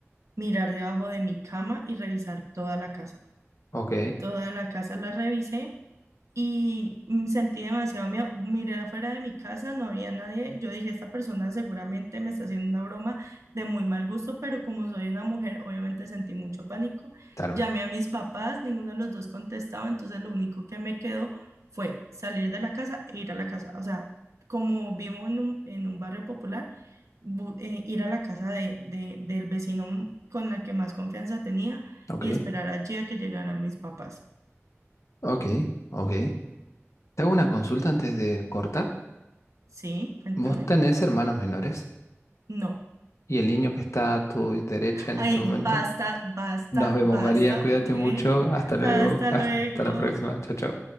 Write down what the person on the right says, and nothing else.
mirar debajo de mi cama y revisar toda la casa.
Toda la casa la revisé y mm, sentí demasiado miedo. Miré afuera de mi casa, no había nadie. Yo dije, esta persona seguramente me está haciendo una broma de muy mal gusto, pero como soy una mujer, obviamente sentí mucho pánico.
Llamé a mis papás, ninguno de los dos contestaba, entonces lo único que me quedó fue salir de la casa e ir a la casa. O sea, como vivo en un, en un barrio popular, bu- eh, ir a la casa de, de- del vecino con la que más confianza tenía
y esperar allí a que llegaran mis papás.
Sí, cuéntame.
No.
Ay,
basta, basta,
basta,
ok.
Hasta
luego.